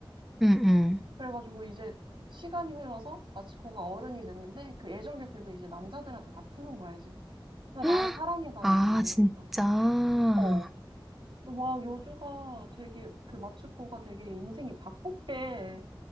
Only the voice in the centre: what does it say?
음음.
<gasps>
아
진짜.
어.